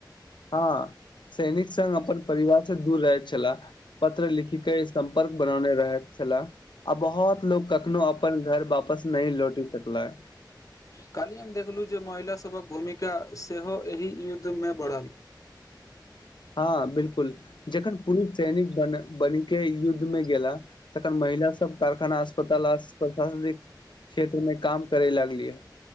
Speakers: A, on the left (about 75°); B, on the left (about 45°).
A: हँ सैनिक सघ अपन परिवार स दूर रहैत छला पत्र लिखी के सम्पर्क बनौने रहैत छलाह आ बहुत लोग कखनो अपन घर वापस न लौटि सकल ह
B: कल्हि हम देखलहुँ जे महिला सभक भूमिका सेहो एहि युद्ध में बढ़ल
A: हँ बिलकुल जखन पुरुष सैनिक बन बनीक युद्ध में गेला तखन महिला सब कारखाना अस्पताल आ प्रशासनिक क्षेत्र में काम करे लागलिय